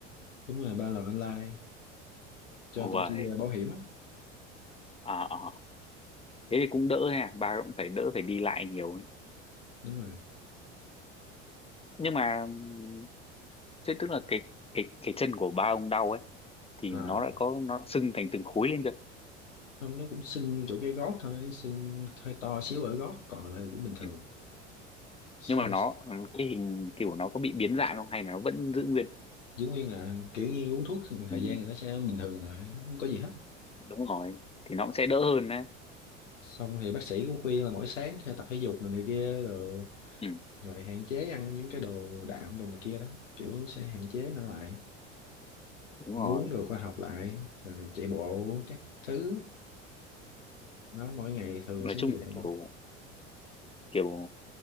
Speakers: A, on the left (about 85°); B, on the left (about 15°).
A: đúng rồi ba làm online cho
B: Uầy.
A: công ty ờ, bảo hiểm á
B: ờ ờ thế thì cũng đỡ ha ba cũng phải đỡ phải đi lại nhiều ấy
A: đúng rồi
B: nhưng mà ừm, thế tức là cái cái cái chân của ba ông đau ấy thì
A: à
B: nó đã có nó đã sưng thành từng khối lên chưa
A: không nó cũng sưng chỗ cái gót thôi sưng hơi to xíu ở gót còn lại cũng bình thường
B: ừ.
A: sau
B: nhưng mà nó ừ, cái hình kiểu nó có bị biến dạng không hay là nó vẫn giữ nguyên
A: giữ nguyên à kiểu như uống thuốc thời
B: ừ.
A: gian thì nó sẽ bình thường lại nó không có gì hết
B: đúng rồi thì nó cũng sẽ đỡ hơn đấy
A: xong thì bác sĩ cũng khuyên là mỗi sáng sẽ tập thể dục rồi này kia rồi
B: ừ.
A: rồi hạn chế ăn những cái đồ đạm đồ này kia đó kiểu sẽ hạn chế nó lại
B: đúng
A: ăn
B: rồi
A: uống đồ khoa học lại rồi chạy bộ các thứ nó mỗi ngày thường
B: nói
A: sẽ
B: chung
A: như
B: là
A: vậy
B: kiểu kiểu